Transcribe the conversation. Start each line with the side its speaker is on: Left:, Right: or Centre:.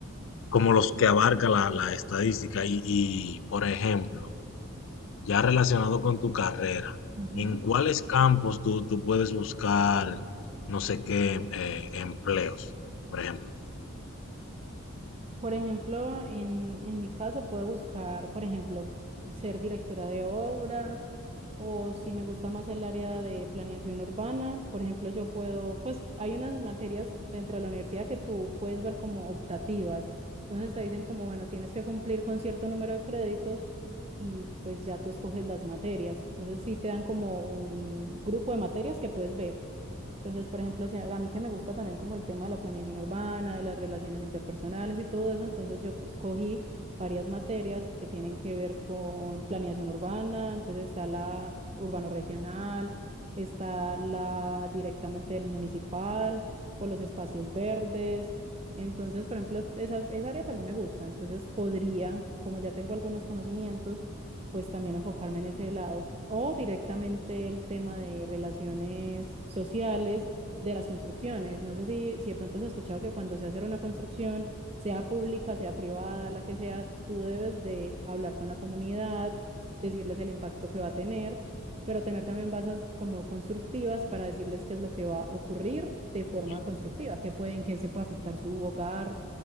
Left: como los que abarca la, la estadística. Y, y, por ejemplo, ya relacionado con tu carrera,
Right: Ujú.
Left: ¿en cuáles campos tú, tú puedes buscar no sé qué eh, empleos, por ejemplo?
Right: Por ejemplo, en, en mi caso puedo buscar, por ejemplo, ser directora de obra o si me gusta más el área de planeación urbana, por ejemplo, yo puedo, pues hay unas materias dentro de la universidad que tú puedes ver como optativas. Entonces te dicen como, bueno, tienes que cumplir con cierto número de créditos y pues ya tú escoges las materias. Entonces sí te dan como un grupo de materias que puedes ver. Entonces, por ejemplo, si a a mí que me gusta también como el tema de la planeación urbana, de las relaciones interpersonales y todo eso, entonces yo escogí varias materias que tienen que ver con planeación urbana, entonces está la urbano regional, está la directamente del municipal o los espacios verdes. Entonces, por ejemplo, esa, esa área también me gusta, entonces podría, como ya tengo algunos conocimientos, pues también enfocarme en ese lado o directamente el tema de relaciones sociales de las construcciones. No sé si, si de pronto has escuchado que cuando se hace una construcción, sea pública, sea privada, la que sea, tú debes de hablar con la comunidad, decirles el impacto que va a tener, pero tener también bases como constructivas para decirles qué es lo que va a ocurrir de forma
Left: Sí.
Right: constructiva, qué pueden, qué se puede afectar su hogar